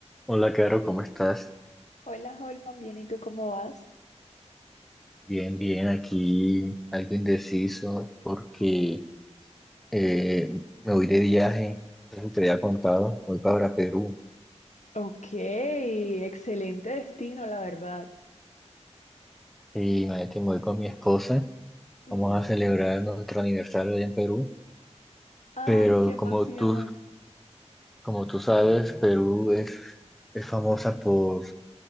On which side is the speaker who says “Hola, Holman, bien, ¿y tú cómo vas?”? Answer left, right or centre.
Left